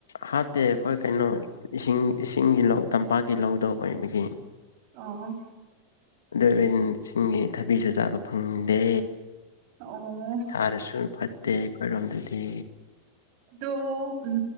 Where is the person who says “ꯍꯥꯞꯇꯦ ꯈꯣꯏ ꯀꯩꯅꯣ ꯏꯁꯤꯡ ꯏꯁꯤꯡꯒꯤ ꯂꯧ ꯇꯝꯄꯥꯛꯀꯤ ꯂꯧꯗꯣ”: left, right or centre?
Left